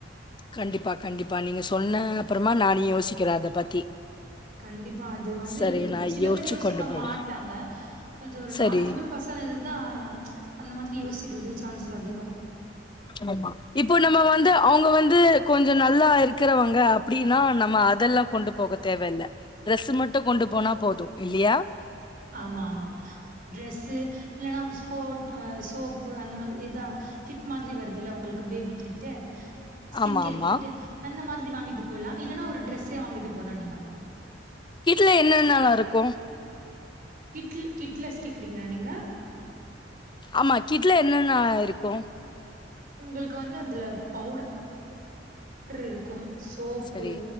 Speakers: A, on the left; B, on the right.
A: கண்டிப்பா கண்டிப்பா நீங்க சொன்ன அப்புறமா நானு யோசிக்கிறே அத பத்தி
B: கண்டிப்பா அது வந்து
A: சரி நா
B: சில
A: யோசிச்சு
B: பேர் யோசிக்க
A: கொண்டு போறே
B: மாட்டாங்க கொஞ்சோ ஒரு
A: சரி
B: நாலஜபிள் பசங்க இருந்தா அந்த மாதிரி யோசிக்கிறதுக்கு சான்சஸ் அதிகம்
A: ஆமா இப்போ நம்ம வந்து அவங்க வந்து கொஞ்சம் நல்லா இருக்கிறவங்க அப்டின்னா நம்ம அதெல்லா கொண்டு போக தேவல்ல டிரெஸ் மட்டு கொண்டு போனா போது இல்லியா
B: ஆமா ஆமா ட்ரெஸ்ஸு இல்லன்னா போட் சோப்பு அந்த மாதிரி எதா கிட் மாதிரி வருது இல்ல உங்களுக்கு பேபி கிட்டு ஸ்கின்
A: ஆமா
B: கேர்
A: ஆமா
B: கிட்டு அந்த மாதிரி வாங்கிட்டு போலா இல்லைன்னா ஒரு டிரஸ்ஸோ வாங்கிட்டு போலா நீங்க
A: கீட்டுல என்னன்னல்லா இருக்கும்
B: கிட்ல கிட்லஸ் கேட்குறீங்ளா நீங்க
A: ஆமா கிட்ல என்னென்னா இருக்கும்
B: உங்களுக்கு வந்து அதுல பவுடர் ரு இருக்கும் சோப்பு,
A: சரி